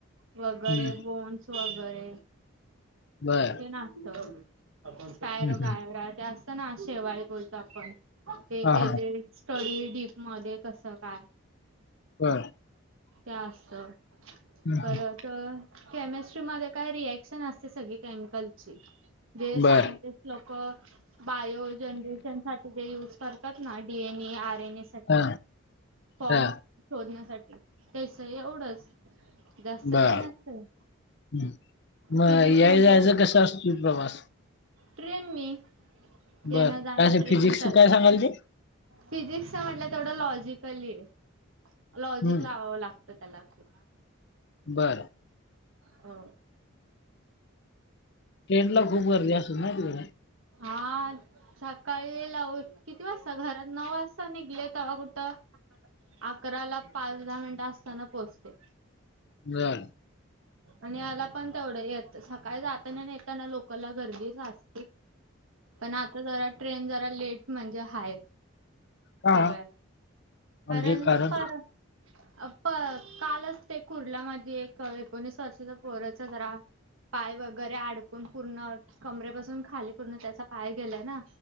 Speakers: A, on the right; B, on the left.
A: वगैरे
B: हम्म
A: बोन्स वगैरे
B: बर
A: हे नाचत कायरो
B: हम्म
A: कायरा
B: हम्म.
A: ते असत ना शेवाळी बोलतो आपण ते
B: हा
A: ते
B: हा
A: जे स्टडी डीप मध्ये कसं काय?
B: बर
A: ते असत
B: हं.
A: परत तर केमिस्ट्रीमध्ये काय रिएक्शन असते सगळी केमिकलची जे सायंटिस्ट
B: बर
A: लोक बायो जनरेशन साठी जे युज करतात ना डीएनए आरएनए
B: हा
A: फॉर्म
B: हा
A: शोधण्यासाठी त्यास एवढंच जास्त काय
B: बर
A: नसतय
B: हं. मग
A: फिजिक्स
B: याय
A: म्हणजे
B: <unintelligible> प्रवास
A: ट्रेन नी येण
B: बर
A: जाणार
B: काय असं
A: ट्रेन
B: फिजिक्स
A: मी जात
B: काय सांगाल ते
A: फिजिक्स म्हटलं तेवढं लॉजिकली आहे लॉजिक
B: हम्म
A: लावावं लागत. त्या <unintelligible> लाखू
B: बरं
A: हो
B: ट्रेन ला खूप गर्दीे असल ना तिकड
A: हा सकाळी लाव किती वाजता घरात नऊ वाजता निघले ते कुठं अकरा ला पाच, दहा मिनिटं असताना पोहोचतोय.
B: मिळाल
A: आणि याला पण तेवढं येत सकाळी जाताना येताना लोकला गर्दीच अस पण आता जरा ट्रेन जरा लेट म्हणजे हाय.
B: का
A: सगळया
B: म्हणजे
A: अरण
B: कारण
A: पारं अ प कालच ते कुर्ल्या मधे एक एक कोणीस वर्षाचा पोराचा जरा पाय वगैरे अडकून पूर्ण कमरेपसून खाली पूर्ण त्याचा पाय गेलाय ना.